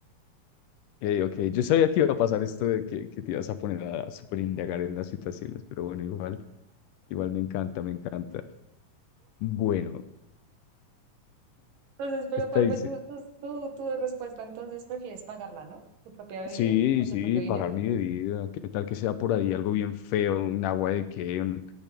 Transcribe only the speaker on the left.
ok, ok. Yo sabía que iba a pasar esto de que, que te ibas a poner a, a súper indagar en las situaciones, pero bueno, igual, igual me encanta, me encanta. Bueno,
esta
dice,
sí,
sí,
pagar mi bebida, qué tal que sea por ahí algo bien feo, un agua de qué, un-